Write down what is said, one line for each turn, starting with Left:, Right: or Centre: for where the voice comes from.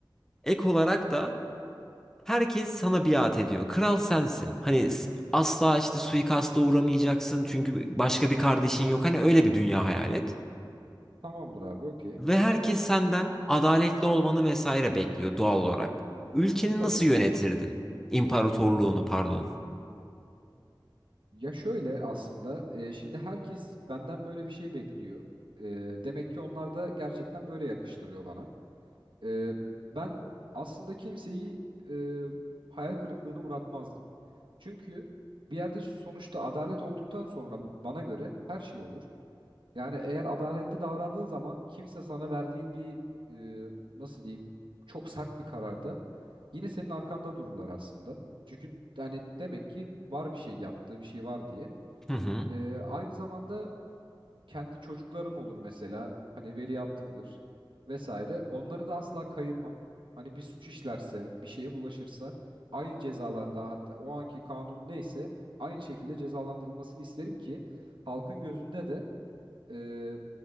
Centre: Ek olarak da herkes sana biat ediyor. Kral sensin. Hani s- asla işte suikasta uğramayacaksın çünkü başka bir kardeşin yok. Hani öyle bir dünya hayal et.
Right: Tamamdır abi okey.
Centre: Ve herkes senden adaletli olmanı vesaire bekliyor doğal olarak. Ülkeni
Right: Tabii
Centre: nasıl yönetirdin?
Right: ki.
Centre: İmparatorluğunu pardon.
Right: Ya şöyle aslında e, şimdi herkes benden böyle bir şey bekliyor. E, demek ki onlar da gerçekten böyle yakıştırıyor bana. E, ben aslında kimseyi e, hayal kırıklığına uğratmazdım. Çünkü bir yerde sonuçta adalet olduktan sonra bana göre her şey olur. Yani eğer adaletli davrandığın zaman kimse sana verdiğin bir e, nasıl diyeyim çok sert bir kararda yine senin arkanda dururlar aslında. Çünkü yani demek ki var bir şey yaptığı bir şey var diye.
Centre: Hı hı.
Right: Ee, aynı zamanda kendi çocuklarım olur mesela. Hani veliahtımdır vesaire. Onları da asla kayırmam. Hani bir suç işlerse, bir şeye bulaşırsa aynı cezalarla hatta o anki kanun neyse aynı şekilde cezalandırılmasını isterim ki halkın gözünde de e,